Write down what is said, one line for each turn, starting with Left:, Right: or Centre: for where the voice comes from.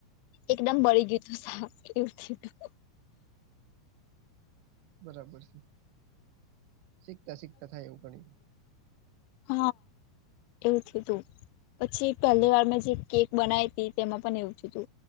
Left: એકદમ બળી ગયું હતું શાક એવું થેલુ.
Right: બરાબર છે, શીખતા શીખતા થાય એવું ઘણીવાર.
Left: હ, એવું થીયુ તું. પછી પહેલી વાર મેં જે કેક બનાવી હતી તેમાં પણ એવું થીયું તુ.